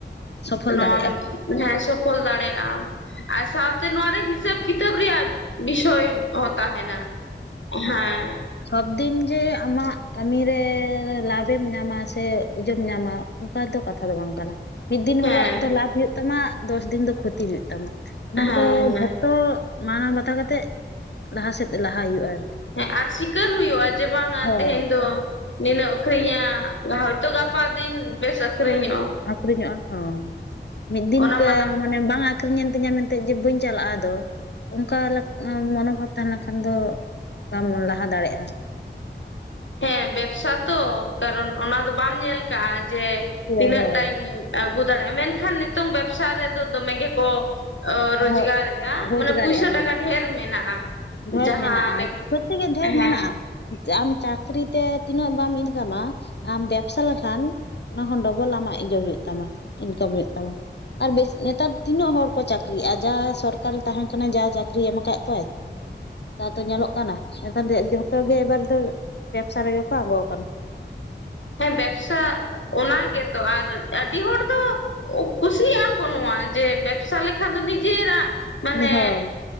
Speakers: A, on the left; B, on the left.
A: ᱥᱚᱯᱷᱚᱞ
B: ᱱᱚᱣᱟ
A: ᱫᱟᱲᱮᱭᱟᱜᱼᱟ
B: ᱦᱮᱸ ᱥᱚᱯᱷᱚᱞ ᱫᱟᱲᱮᱭᱟᱜ ᱟᱢ ᱟᱨ ᱥᱟᱶᱛᱮ ᱱᱚᱣᱟ ᱨᱮ ᱦᱤᱥᱟᱹᱵᱽ ᱠᱤᱛᱟᱹᱵ ᱨᱮᱭᱟᱜ ᱵᱤᱥᱚᱭ ᱦᱚᱸ ᱛᱟᱦᱮᱱᱟ, ᱦᱮᱸ᱾
A: ᱥᱚᱵᱫᱤᱱ ᱡᱮ ᱟᱢᱟᱜ ᱠᱟᱹᱢᱤ ᱞᱟᱵᱷ <unintelligible> ᱧᱟᱢᱟ ᱥᱮ ᱡᱚᱢ ᱧᱟᱢᱟ᱾ ᱚᱱᱠᱟ ᱫᱚ ᱠᱟᱛᱷᱟ ᱫᱚ ᱵᱟᱝ ᱠᱟᱱᱟ᱾ ᱢᱤᱫ ᱫᱤᱱ
B: ᱦᱮᱸ
A: ᱦᱤᱞᱳᱜ ᱫᱚ ᱞᱟᱵᱷ ᱦᱩᱭᱩᱜ ᱛᱟᱢᱟ᱾ ᱛᱟᱢᱟ ᱫᱚᱥ ᱫᱤᱱ ᱫᱚ ᱠᱷᱚᱛᱤ ᱦᱩᱭᱩᱜ ᱛᱟᱢᱟ᱾ ᱚᱱᱟ
B: ᱦᱮᱸ ᱦᱮᱸ
A: ᱠᱚ ᱡᱷᱚᱛᱚ ᱢᱟᱱᱟᱣ ᱵᱟᱛ ᱠᱟᱛᱮᱜ ᱞᱟᱦᱟ ᱥᱮᱫ ᱞᱟᱦᱟ ᱦᱩᱭᱩᱜᱼᱟ, ᱟᱨᱠᱤ᱾
B: ᱦᱮᱸ ᱟᱨ ᱥᱤᱠᱟᱹᱨ ᱦᱩᱭᱩᱜᱼᱟ ᱡᱮ ᱵᱟᱝᱼᱟ
A: ᱦᱳᱭ
B: ᱛᱮᱦᱮᱧ ᱫᱚ ᱱᱤᱱᱟᱹᱜ ᱟᱹᱷᱨᱤᱧᱟ ᱦᱚᱭᱛᱳ ᱜᱟ, ᱚᱠᱟ ᱫᱤᱱ ᱵᱮᱥ ᱟᱹᱠᱷᱚᱨᱤᱧᱚᱜᱼᱟ᱾
A: ᱟᱹᱠᱷᱨᱤᱧᱚᱜᱼᱟ, ᱦᱚᱸ ᱢᱤᱫ ᱫᱤᱱ
B: ᱚᱱᱟ ᱢᱟᱱᱟ
A: ᱢᱟᱱᱮ ᱵᱟᱝ ᱟᱹᱠᱷᱨᱤᱧᱮᱱ ᱛᱤᱧᱟᱹ ᱢᱮᱱᱛᱮ ᱡᱮ ᱵᱟᱹᱧ ᱪᱟᱞᱟᱜᱼᱟ, ᱟᱫᱚ᱾ ᱚᱱᱠᱟ ᱢᱚᱱᱳᱵᱷᱟᱵ ᱛᱟᱦᱮᱸ ᱞᱮᱠᱷᱟᱱ ᱫᱚ ᱵᱟᱵᱚᱱ ᱞᱟᱦᱟ ᱫᱟᱲᱮᱭᱟᱜᱼᱟ᱾
B: ᱦᱮᱸ ᱵᱮᱵᱽᱥᱟ ᱛᱚ, ᱠᱟᱨᱚᱱ ᱚᱱᱟ ᱫᱚ ᱵᱟᱢ ᱧᱮᱞ ᱠᱟᱜᱼᱟ ᱡᱮ
A: ᱦᱳᱭ
B: ᱛᱤᱱᱟᱹᱜ
A: ᱦᱳᱭ
B: ᱴᱟᱧ ᱟᱹᱜᱩ ᱫᱟᱲᱮᱭᱟᱜᱼᱟ᱾ ᱢᱮᱱᱠᱷᱟᱱ ᱱᱤᱛᱚᱝ ᱵᱮᱵᱽᱥᱟ ᱨᱮᱫᱚ ᱫᱚᱢᱮ ᱜᱮᱠᱚ ᱨᱚᱡᱽᱜᱟᱨ
A: ᱦᱳᱭ
B: ᱮᱼᱟ,
A: ᱨᱳᱡᱽᱜᱟᱨᱮᱜᱼᱟ
B: ᱢᱟᱱᱮ ᱯᱩᱭᱥᱟ
A: ᱦᱚᱸ
B: ᱴᱟᱠᱟ ᱰᱷᱮᱨ ᱢᱮᱱᱟᱜᱼᱟ᱾
A: ᱰᱷᱮᱨ
B: ᱡᱟᱦᱟᱸ
A: ᱢᱮᱱᱟᱜᱼᱟ,
B: ᱞᱮᱠ
A: ᱥᱚᱛᱛᱤ ᱜᱮ ᱰᱷᱮᱨ
B: ᱦᱮᱸ
A: ᱢᱮᱱᱟᱜᱼᱟ᱾ ᱟᱢ ᱪᱟᱹᱠᱨᱤᱛᱮ ᱛᱤᱱᱟᱹᱜ ᱵᱟᱢ ᱤᱱᱠᱟᱢᱟ ᱟᱢ ᱵᱮᱵᱽᱥᱟ ᱞᱮᱠᱷᱟᱱ, ᱚᱱᱟ ᱠᱷᱚᱱ ᱰᱚᱵᱚᱞ ᱟᱢᱟᱜ ᱤᱭᱟᱹ ᱦᱩᱭᱩᱜ ᱛᱟᱢᱟ ᱤᱱᱠᱟᱢ ᱦᱩᱭᱩᱜ ᱛᱟᱢᱟ᱾ ᱟᱨ ᱵᱮᱥ ᱱᱮᱛᱟᱨ ᱛᱤᱱᱟᱹᱜ ᱦᱚᱲ ᱠᱚ ᱪᱟᱹᱠᱨᱤᱭᱮᱜᱼᱟ ᱡᱟ ᱥᱚᱨᱠᱟᱨᱮ ᱛᱟᱦᱮᱸ ᱠᱟᱱᱟᱭ ᱡᱟ ᱪᱟᱹᱠᱨᱤ ᱮᱢ ᱟᱠᱟᱫ ᱠᱚᱣᱟᱭ᱾ ᱛᱟᱛᱚ ᱧᱮᱞᱚᱜ ᱠᱟᱱᱟ᱾ ᱮᱱᱠᱷᱟᱱ ᱫᱚ ᱡᱷᱚᱛᱚ ᱜᱮ ᱮᱵᱟᱨ ᱫᱚ ᱵᱮᱵᱽᱥᱟ ᱨᱮᱜᱮ ᱠᱚ ᱟᱬᱜᱚ ᱟᱠᱟᱱᱟ᱾
B: ᱦᱮᱸ ᱵᱮᱵᱽᱥᱟ ᱚᱱᱟ ᱜᱮᱛᱚ ᱟᱨ ᱟᱹᱰᱤ ᱦᱚᱲ ᱫᱚ, ᱠᱩᱥᱤᱭᱟᱜ ᱟᱠ ᱠᱚ ᱱᱚᱣᱟ ᱡᱮ ᱵᱮᱵᱥᱟ ᱞᱮᱠᱷᱟᱱ ᱫᱚ ᱱᱤᱡᱮᱨᱟᱜ, ᱢᱟᱱᱮ
A: ᱦᱳᱭ